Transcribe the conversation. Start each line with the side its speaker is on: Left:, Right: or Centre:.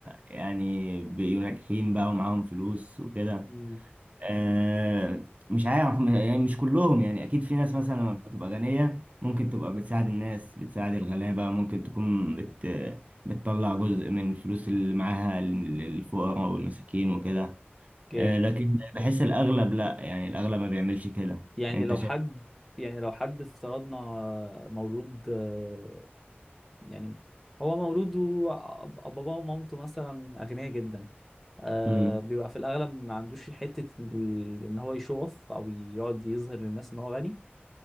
Right: يعني بيبقوا ناجحين بقى ومعاهم فلوس وكده
Centre: مم.
Right: آه، مش عارف م- يعني مش كلهم يعني اكيد في ناس مثلا لما بتبقى غنية ممكن تبقى بتساعد الناس بتساعد الغلابة ممكن تكون بت بتطلع جزء من الفلوس اللي معاها لل- للفقراء والمساكين وكده
Centre: اوكي
Right: آه، لكن بحس الاغلب لا يعني الاغلب ما بيعملش كده
Centre: يعني
Right: انت
Centre: لو
Right: شايف
Centre: حد يعني لو حد افترضنا آه، مولود آه، يعني هو مولود وباباه ومامته مثلا اغنياء جدا آه
Right: امم
Centre: بيبقى في الاغلب ما عندوش حته ال- ان هو يشوف او يقعد يظهر للناس ان هو غني